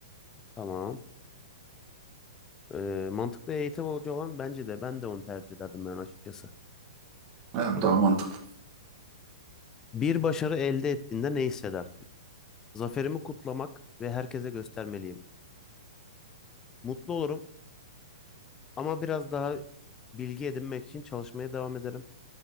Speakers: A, on the left; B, on the right.
A: Tamam. Ee, mantıklı eğitim hoca olan bence de ben de onu tercih ederdim ben açıkçası.
B: Yani daha mantıklı.
A: Bir başarı elde ettiğinde ne hissedersin? Zaferimi kutlamak ve herkese göstermeliyim. Mutlu olurum ama biraz daha bilgi edinmek için çalışmaya devam ederim.